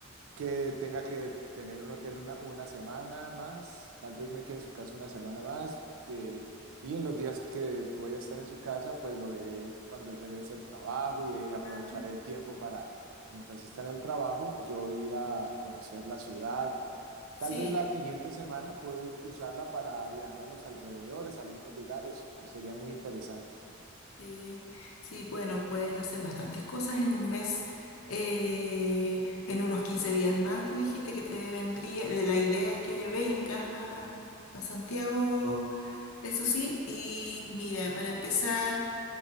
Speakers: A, on the right (about 75°); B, on the left (about 85°).
A: que tenga que tener un hotel una, una semana más, tal vez me quede en su casa una semana más, eh, y en los días que voy a estar en su casa, pues lo veré cuando él regrese del trabajo y, y aprovechar
B: Claro.
A: el tiempo para, mientras está en el trabajo, yo ir a conocer la ciudad.
B: Sí,
A: Tal vez la siguiente semana puedo usarla para viajar a los alrededores, a algunos lugares, pues sería muy interesante.
B: sí, sí, bueno, puedes hacer bastantes cosas en un mes. eh, en unos 15 días más, tú dijiste que te vendría, eh, la idea es que vengas a, a Santiago, eso sí, y mira, para empezar...